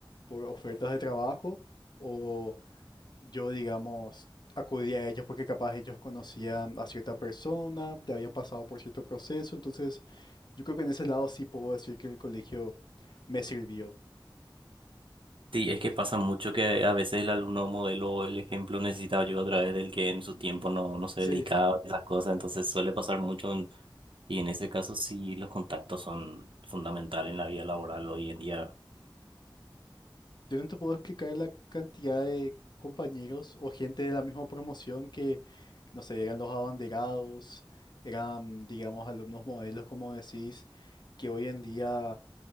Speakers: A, on the left; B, on the right.
A: por ofertas de trabajo o yo, digamos, acudí a ellos porque capaz ellos conocían a cierta persona, ya habían pasado por cierto proceso. Entonces, yo creo que en ese lado sí puedo decir que el colegio me sirvió.
B: Sí, es que pasa mucho que a veces el alumno modelo, el ejemplo necesita ayuda a través del que en su tiempo no, no se
A: Sí,
B: dedicaba a esas cosas, entonces suele pasar mucho en- y en ese caso sí los contactos son fundamentales en la vida laboral hoy en día.
A: yo no te puedo explicar la cantidad de compañeros o gente de la misma promoción que, no sé, eran los abanderados, eran, digamos, alumnos modelos, como decís, que hoy en día